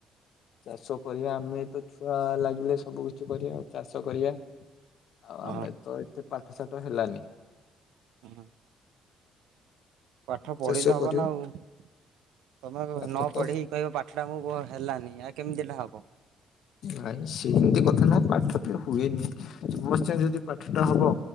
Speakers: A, on the left; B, on the right.
A: ଚାଷ କରିବା ଆମେ ତ ଛୁଆ ଲାଗିଲେ ସବୁ କି କିଛି କରିବା ଚାଷ କରିବା ଆଉ
B: ହଁ
A: ଆମେ ତ ଏତେ ପାଠସାଠ ହେଲାନି।
B: ହଁ। ପାଠ ପଢିଲେ
A: ଚାଷ
B: ହବ
A: କରିବୁ।
B: ନା ଆଉ ତମେ କ
A: ପାଠ
B: ନ
A: ତ
B: ପଢିକି କହିବ ପା ଠ ଟା <unintelligible> ହେଲାନି ଆ କେମିତି ହେଲା ହବ।
A: ନାଇଁ ସେମିତି କଥା ନୁହଁ ପାଠ ବି ହୁଏନି। ସମସ୍ତ ଯଦି ପାଠ ଟା ହବ